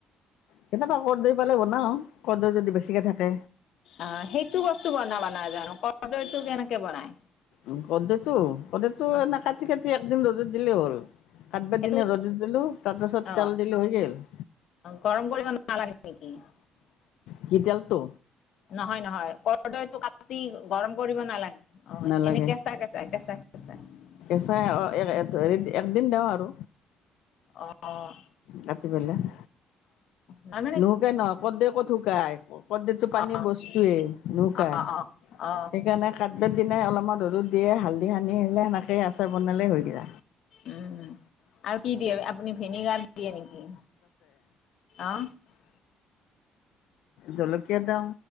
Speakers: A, on the left; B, on the left.
A: কেতিয়াবা ক'ৰ দৈয় পালে বনাও কৰদৈয় যদি বেছিকে থাকে
B: অ' সেইটো বস্তু বনাবা নাজানো কৰদৈয়টো কেনেকে বনাই
A: উ কৰদৈয়টো কৰদৈয়টো
B: অ
A: এনে কাটি কাটি একদিন ৰ'দত দিলেই হ'ল কাটবাৰ
B: সেইটো
A: দিনা ৰ'দত দিলো তাৰপাছত
B: অ
A: তেল দিলো হৈ গেল <inaudible>
B: গৰম কৰিব <unintelligible>
A: কি তেলটো
B: নহয় নহয় কৰদৈয়টো কাটি গৰম কৰিব নালাগে অ'
A: নালাগে
B: এনেই কেঁচা কেঁচা কেঁচা কে যাই
A: <unintelligible> একদিন দ আৰু
B: অ' অ'
A: ৰাতি বেলে <inaudible>
B: ন
A: নুকাই নহয় কৰদৈয় ক'ত শুকায় কৰদৈয়টো পানী
B: অ
A: বস্তুৱেই নুকায়
B: অ অ অ
A: সেইকাৰণে কাটবাহ দিনায় অলপমান ৰদ দিয়ে হালধি সানি আহিলে সেনেকে আচাৰ বনালেই হৈ গেল
B: উম আৰু কি দিয়ে আপুনি ভেনেগাৰ দিয়ে নেকি অহ
A: জলকিয়াৰ দাম